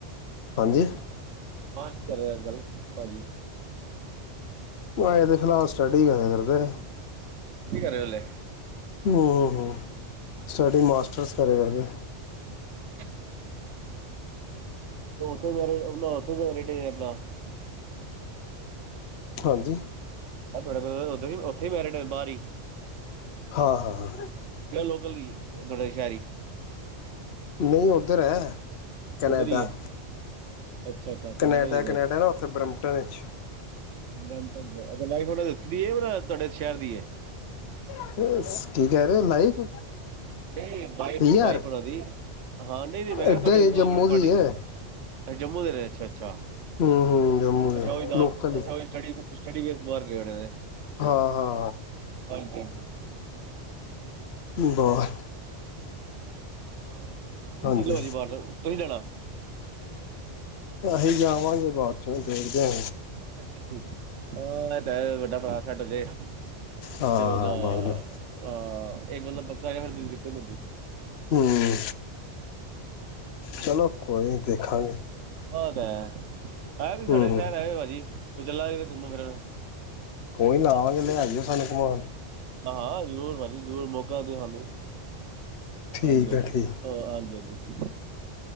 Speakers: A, on the left; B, on the right.
A: ਹਾਂਜੀ
B: ਬਾਰ ਕੀ ਕਰ ਰਿਆ ਅਜ ਕਲ ਭਾਜੀ।
A: ੳ ਹਜੇ ਤੇ ਫਿਲਹਾਲ ਸਟੱਡੀ ਕਰਦੇ ਨੇ।
B: ਕੀ ਕਰੇ ਓ ਅਲੇ
A: ਓ ਹੋ ਸਾਡੇ ਮਾਸਟਰਸ ਕਰਿਆ ਕਰਦੇ।
B: ਅੱਛਾ। <inaudible>
A: ਹਾਂਜੀ।
B: ਮੈਂ ਤੁਆਡੇ ਬ੍ਰਦਰ ਉਧਰ ਈ ਉੱਥੇ ਮੈਰਿਡ ਹੋਏ ਬਾਰ ਈ।
A: ਹਾਂ, ਹਾਂ, ਹਾਂ।
B: ਜਾਂ ਲੋਕਲ ਈ ਤੁਹਡੇ ਸ਼ਹਿਰੀ
A: ਨਈਂ ਉੱਧਰ ਐ, ਕਨੈਡਾ।
B: ਉੱਧਰ ਹੀ ਹੈ ਅੱਛਾ ਅੱਛਾ।
A: ਕਨੇਡਾ,
B: ਕੈਨੇਡਾ ਹੀ ਨੇ
A: ਕਨੈਡਾ ਨਾਂ ਉੱਥੇ ਬਰਮਟੋਂ ਵਿੱਚ।
B: ਬਰੇਮਟਨ ਚ ਅੱਛਾ ਮੈਰਿਜ ਓਨਾਂ ਦੀ ਏਥੇ ਦੀ ਏ ਤੁਆਡੇ ਸ਼ਹਿਰ ਦੀ ਐ।
A: <unintelligible> ਕੀ ਕੈਅ ਰੇ ਲਾਈਫ
B: ਨਈਂ ਵਾਈਫ,
A: ਪੀ
B: ਵਾਈਫ
A: ਆਰ
B: ਓਨਾਂ ਦੀ। ਹਾਂ, ਨਈਂ ਨਈਂ, ਮੈਂ ਕਿਆ
A: ਇੱਧਰ
B: ਤੁਆਡੀੇ-ਤੁਆਡੇ
A: ਹੀ ਜੰਮੂ ਦੀ ਹੈ
B: ਏ ਜੰਮੂ ਦੇ ਰੇ। ਅੱਛਾ, ਅੱਛਾ।
A: ਹਂ, ਹਂ ਜੰਮੂ ਦੇ,
B: ਅੱਛਾ ਉਹ ਨਾਲ
A: ਲੋਕਲ ਈ।
B: ਅੱਛਾ ਉਹ ਸਟੱਡੀ, ਸਟੱਡੀ ਬੇਸ ਬਾਰ ਗਏ ਹੋਣੇ ਨੇਂ।
A: ਹਾਂ, ਹਾਂ।
B: ਹਾਂਜੀ, ਹਾਂਜੀ।
A: ਬਾਹਰ।
B: ਹੋਰ, ਹਾ ਵਧੀਆ। ਤੁਹੀਂ
A: ਹਾਂਜੀ
B: ਵੀ ਚਲਜੋ ਜੀ ਬਾਹਰ। ਤੁਹੀ ਨ੍ਹੀਂ ਜਾਣਾ?
A: ਅਹੀਂ ਜਾਵਾਂਗੇ ਬਾਅਦ ਚੋਂ, ਦੇਖਦੇ ਆ।
B: ਅੱਛਾ ਜੀ, ਆਹ ਹਾਡਾ ਵੱਡਾ ਭਰਾ ਸੈਟ ਹੋ ਜੇ।
A: ਹਾਂ
B: ਤੇ ਓਹਦਾ
A: ਬਸ
B: ਆਹ। ਇੱਕ ਬੰਦਾ ਪੱਕਾ ਹੋ ਜੇ ਫਿਰ ਦਿੱਕਤ ਨੀਂ ਹੁੰਦੀ।
A: ਹਂ। ਚਲੋ ਕੋਈ ਨੀਂ ਦੇਖਾਂਗੇ।
B: ਆਹ ਤੇ ਹੈ। ਆਇਓ ਤੁਸੀ ਸਾਡੇ
A: ਹੂੰ
B: ਸ਼ਹਿਰ ਆਇਓ ਭਾਜੀ। ਫਿਰ ਚੱਲਾਂਗੇ ਘੁੰਮਣ-ਫਿਰਨ।
A: ਕੋਈ ਨਾ ਆਵਾਂਗੇ। ਲੈ ਜਾਇਓ ਸਾਨੂੰ ਘੁਮਾਣ।
B: ਹਾਂ, ਜ਼ਰੂਰ ਭਾਜੀ ਜ਼ਰੂਰ, ਮੌਕਾ ਦਿਓ ਸਾਨੂੰ।
A: ਠੀਕ
B: ਹਾਂਜੀ, ਹਾਂਜੀ।
A: ਹੈ ਠੀਕ
B: ਹਾਂਜੀ, ਹਾਂਜੀ।